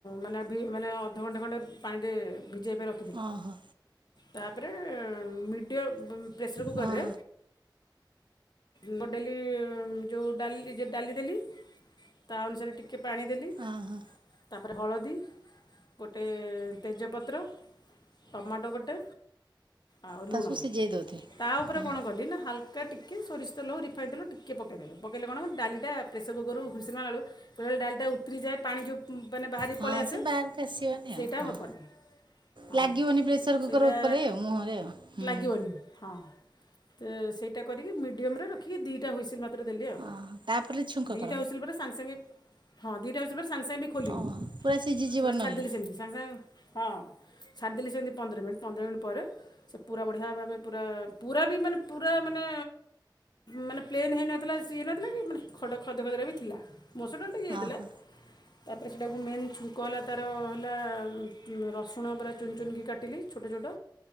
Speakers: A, on the left; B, on the right.
A: ମାନେ ଭି ମାନେ ଅଧଘଣ୍ଟେ ଖଣ୍ଟେ ପାଣିରେ ଭିଜେଇବେ ର
B: ଓହୋ
A: ତାପରେ ମିଡ଼ିୟ ପ୍ରେସର କୁକରରେ
B: ହଁ
A: ମୁଗ ଡାଲି ଯୋଉ ଡାଲି ଯ ଡାଲି ଦେଲି ତା ଅନୁସାରେ ଟିକେ ପାଣି ଦେଲି
B: ଓହୋ
A: ତାପରେ ହଳଦୀ ଗୋଟେ ତେଜପତ୍ର ଟମାଟୋ ଗୋଟେ ଆଉ
B: ତା
A: ଲୁଣ
B: ସବୁ ସିଝେଇ ଦଉଥିବେ।
A: ତାଉପରେ
B: ହଁ
A: କଣ କଲିନା ହାଲ୍କା ଟା ଟିକେ ସୋରିଷ ତେଲ ହଉ ରିଫାଇନ୍ ତେଲ ଟିକେ ପକେଇଦେବେ ପକାଇଲେ କଣ ହବ ଡାଲିଟା ପ୍ରେସରକୁକରରୁ ହୁଇସିଲ୍ ମାରିଲା ବେଳୁ ବେଳେବେଳେ ଡାଲିଟା ଉତୁରିଯାଏ ପାଣି ଯେଉ ମାନେ ବାହାରି
B: ହଁ
A: ପଳେଇ ଆସେ
B: ସେ ବାହାରକୁ ଆସିବନି
A: ସେଇଟା
B: ଆଉ ହଁ।
A: ହବନି ହଁ
B: ଲାଗିବନି ପ୍ରେସର କୁକର
A: ସେଇଟା
B: ଉପରେ ଆଉ ମୁହଁରେ ଆଉ ହୁଁ।
A: ଲାଗିବନି ହଁ। ତ ସେଇଟା କରିକି ମିଡିମୟମ୍ ରେ ରଖିକି ଦିଟା ହୁଇସିଲ୍ ମା ଦେଲି ଆଉ
B: ଓହୋ ତାପରେ ଛୁଙ୍କ
A: ଦିଟା
B: କର
A: ହୁଇସିଲ୍ ପରେ ସାଙ୍ଗେ ସାଙ୍ଗେ ହଁ ଦିଟା ହୁଇସିଲ୍ ପରେ ସାଙ୍ଗେ ସାଙ୍ଗେ ଖୋଲିନି
B: ଓହୋ ପୁରା ସିଝିଯିବ
A: ସେଟା
B: ନହେଲେ
A: ଛାଡିଦେଲି ସେମତି ସାଙ୍ଗେ ସାଙ୍ଗେ ହଁ। ଛାଡିଦେଲି ସେମିତି ପନ୍ଦର ମିନିଟ୍ ପନ୍ଦର ମିନିଟ୍ ପରେ। ସେ ପୁରା ବଢିଆ ଭାବେ ପୁରା ପୁରା ବି ମାନେ ପୁରା ମାନେ। ମାନେ ପ୍ଲେନ୍ ହେଇନଥିଲା ସିଏଇ ନଥିଲା କି। ଖଡ ଖଦ ଖଦଡା ବି ଥିଲା ମସୁର ଟା ଟିକେ ହେଇଥିଲା।
B: ହଁ ହଁ
A: ତାପରେ ସେଇଟାକୁ ମେନ୍ ଛୁଙ୍କ ହେଲା ତାର ହେଲା ରସୁଣ ପୁରା ଚୁନ ଚୁନିକି କାଟିଲି। ଛୋଟ ଛୋଟ